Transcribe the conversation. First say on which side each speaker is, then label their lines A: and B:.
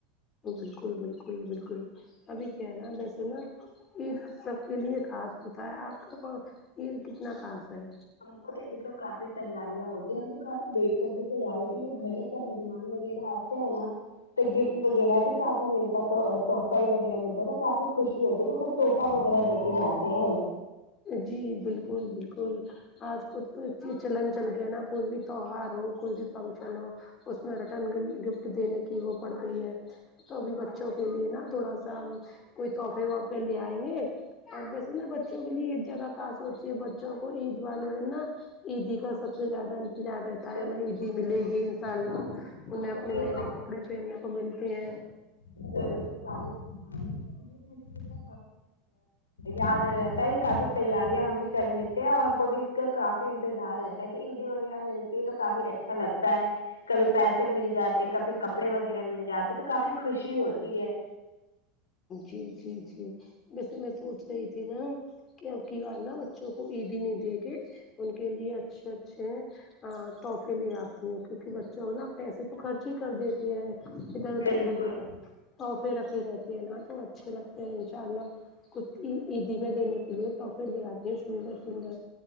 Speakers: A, on the left; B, on the left.
A: بالکل بالکل بالکل ابھی کیا ہے نا ویسے نا عید سب کے لیے خاص ہوتا ہے آپ کےا عید کتنا خاص ہے
B: ہم کو تو عید پر کافی تیاریاں ہوتی ہیں ہم تو کافی دیکھ کر ہی تیا ری کے لیےگھر میں سب مہمان وغیر آتےہیں نہ گفٹ وغیرہ بھی کافی ملتا توتح تحفہ ہی وغیرہ ملتا تو کافی خوشی ہوتی کہ سب تحفہ وغیرہ دے کے جاتے ہیں
A: جی بالکل آج کل ک ایک چیز چلن چل گیا نا کوئی بھی تیوہار ہو کوئی بھی فنکشن ہو اس میں ریٹرن گفٹ دینے کی وہ پڑ گئی ہے تو بھی بچوں کے لیے نا تھوڑا سا کوئی تحفے وحفے لے آئیں گے اور ویسے نا بچوں کے لیے عید جیادہ خاص ہوتی ہے بچوں کو عید والے دن نا عیدی کا سب سے زیادہ جا رہتا ہے
B: بالکل
A: ہمیں عیدی ملے گی ان شاء اللہ انہیں
B: ہم کو
A: اپنے
B: بھی یہ
A: نئے
B: سب
A: نئے کپ ڑے پہننے کو ملتے ہیں
B: بالکل <unintelligible> چیز کا یاد رہتا ہے کافی تیاریاں ہم بھی کر لیتے ہیں اور ہم کو بھی کا کافی انتظار رہتا ہے کہ عیدی وغیرہ ملتی ہے تو کافی اچھا لگتا ہے کبھی پیسے مل جاتے کبھی کپڑے وغیرہ مل جاتے تو کافی خوشی ہوتی ہے
A: جی جی جی ویسے میں سوچ رہی تھی نا کہ اب کی بار نہ بچوں کو عیدی نہیں دے کے ان کے لیے اچھے اچھے ا تحفے لے آتی ہوں کیونکہ بچوں کو نا پیسے تو خرچ ہی کر دیتے ہے ادھر ادھر
B: بالکل
A: کر دیتے تحفے رکھے رہتے ہیں نا تو اچھے لگتے ہیں ان شاء اللہ کچھ عیدی میں دینے کے لیے تو تحفے لے آتی ہیں سندر سندر